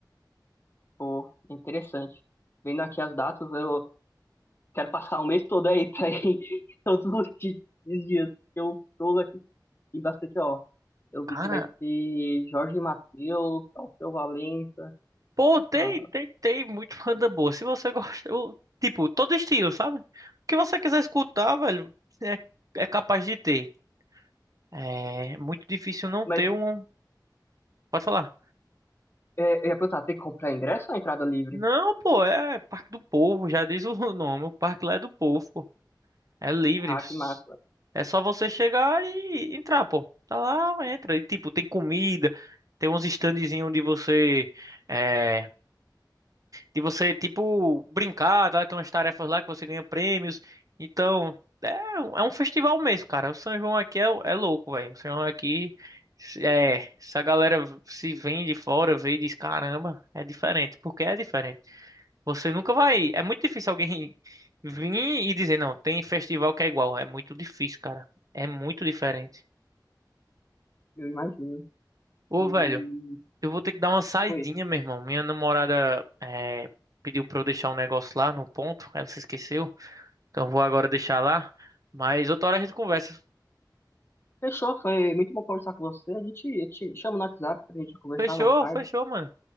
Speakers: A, on the left (about 30°); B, on the right (about 50°).
A: pô, interessante. Vendo aqui as datas, eu, Quero passar o mês todo aí pra ir <laughs> todos os di- os dias. Eu estou aqui em bastante, ó. Eu
B: Cara,
A: vi que vai ter Jorge Mateus, Alceu Valença.
B: pô, tem,
A: ah,
B: tem, tem muito <laughs> banda boa. Se você gosta, eu- tipo, todo estilo, sabe? O que você quiser escutar, velho, é, é capaz de ter. É muito difícil não ter
A: Mas
B: um. Pode falar.
A: é, eu ia perguntar, tem que comprar ingresso ou é entrada livre?
B: Não, pô, é Parque do Povo, já diz o <laughs> nome. O parque lá é do povo. É livre.
A: Ah, que massa.
B: É só você chegar e entrar, pô. Tá lá, entra. E, tipo, tem comida, tem uns standzinhos de você, é, de você, tipo, brincar, tá? Tem umas tarefas lá que você ganha prêmios. Então, é, um- é um festival mesmo, cara. O São João aqui é, é louco, velho. O São João aqui, se- é, se a galera se vem de fora, vê e diz, caramba, é diferente. Porque é diferente. Você nunca vai. É muito difícil alguém vir e dizer, não, tem festival que é igual. É muito difícil, cara. É muito diferente.
A: Eu imagino.
B: Ô,
A: E
B: velho, eu vou ter que dar uma saidinha,
A: foi.
B: meu irmão. Minha namorada é, pediu pra eu deixar um negócio lá no ponto. Ela se esqueceu. Então eu vou agora deixar lá. Mas outra hora a gente conversa.
A: Fechou, foi muito bom conversar com você. A gente, eu te chama no WhatsApp pra gente conversar
B: Fechou,
A: mais tarde.
B: fechou, mano.